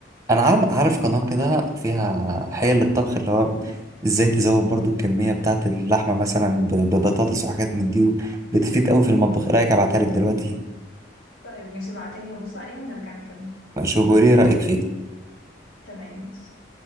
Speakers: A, on the right; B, on the left.
A: انا عارف عارف قناه كده فيها حيل للطبخ اللي هو ازاي تزود برضو الكميه بتاعه اللحمه مثلا ب- ببطاطس وحاجات من دي بتفيد قوي في المطبخ ايه رايك ابعتها لك دلوقتي
B: طيب ماشي ابعتها لي هبص عليها ونرجع نكمل
A: شوف قولي ايه رايك فيها
B: تمام ماشي